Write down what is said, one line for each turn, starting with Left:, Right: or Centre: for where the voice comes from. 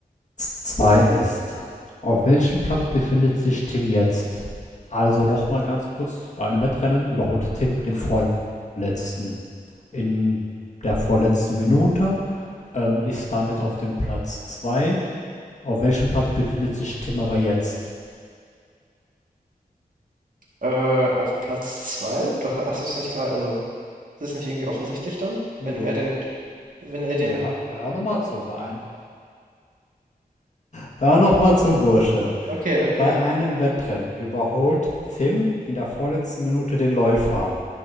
Left: zwei ist. Auf welchem Platz befindet sich Tim jetzt? Also nochmal ganz kurz, bei einem Wettrennen überholte Tim den vorletzten in der vorletzten Minute, ähm, ist damit auf dem Platz 2. Auf welchem Platz befindet sich Tim aber jetzt?
Right: Äh, auf Platz zwei Du ha- hast es nicht gerade, also, ist es nicht irgendwie offensichtlich dann?
Left: Nee,
Right: Wenn
Left: du,
Right: er den, wenn er
Left: nee,
Right: den,
Left: hör, hör nochmal zu, bei ein, Hör nochmal zu, Bursche.
Right: okay, okay.
Left: Bei einem Wettrennen überholt Tim in der vorletzten Minute den Läufer.